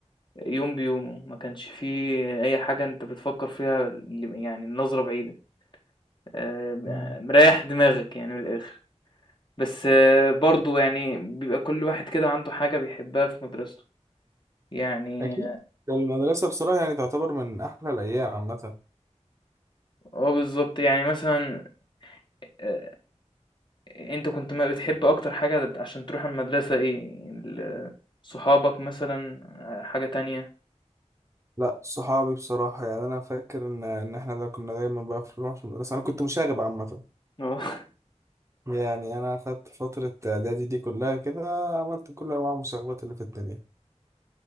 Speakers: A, on the left; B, on the right.
A: يوم بيومه ما كانش فيه اي حاجة انت بتفكر فيها ل- يعني النظرة بعيدة آه،
B: مم.
A: مريح دماغك يعني من الاخر بس آه، برضو يعني بيبقى كل واحد كده عنده حاجة بيحبها في مدرسته يعني
B: أكيد المدرسة بصراحة يعني تعتبر من أحلى الأيام عامة
A: اه بالظبط يعني مثلا آه، انت كنت ما بتحب اكتر حاجة عشان تروح المدرسة ايه ال- صحابك مثلا حاجة تانية
B: لا صحابي بصراحة يعني أنا فاكر إن إن إحنا ده كنا دايما بقى في- نروح في المدرسة أنا كنت مشاغب عامة
A: اه
B: يعني انا خدت فترة اعدادي دي كلها كده عملت كل انواع المسابقات اللي في الدنيا